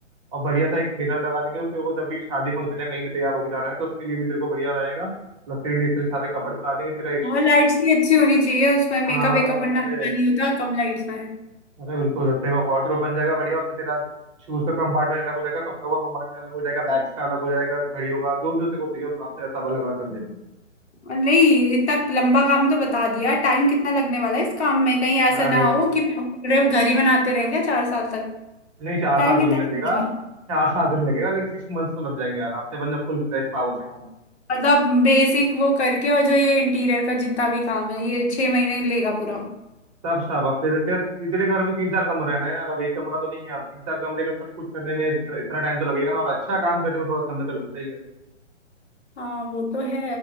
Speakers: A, on the right (about 25°); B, on the left (about 60°).
A: और बढ़िया सा एक मिरर लगा देंगे तो तेरे को जब भी शादी फंक्शन या कहीं भी तैयार होकर जाना है तो उसके लिए भी तेरे को बढ़िया रहेगा प्लस तेरे लिए इतने सारे कपबोर्ड बना देंगे तेरा एक
B: और लाइट्स भी अच्छी होनी चाहिए उसमें मेकअप
A: हाँ
B: वेकअप बनना
A: अरे
B: अच्छा नहीं होता कम लाइट्स में
A: अरे बिल्कुल तेरा वार्डरोब बन जाएगा बढ़िया उसमें तेरा शूज का कंपार्टमेंट अलग हो जाएगा कपड़ों का कंपार्टमेंट अलग हो जाएगा बैग्स का अलग हो जाएगा घड़ी होगा जो जो तेरे को चाहिए उस हिसाब से सब अलग अलग कर देंगे
B: नहीं इतना लंबा काम तो बता दिया टाइम कितना लगने वाला है इस काम में कहीं ऐसा
A: अरे
B: ना हो कि पूरे घर ही बनाते रहेंगे चार साल तक
A: नहीं चार
B: टाइम
A: साल
B: कितना
A: तो नहीं लगेगा
B: लगेगा
A: चार साल तो नहीं लगेगा लेकिन सिक्स मंथ्स तो लग जाएंगे आराम से बंदा फुल फ्लैश पावर से काम
B: मतलब बेसिक वो करके और जो ये इंटीरियर का जितना भी काम है ये छह महीने लेगा पूरा
A: सब सब अब तेरे तेरे तेरे घर में तीन चार कमरे हैं ना यार अब एक कमरा तो नहीं है अब तीन चार कमरे का सब कुछ करने में इतना इतना टाइम तो लगेगा ना और अच्छा काम करने में थोड़ा समय तो लगता ही है
B: हाँ वो तो है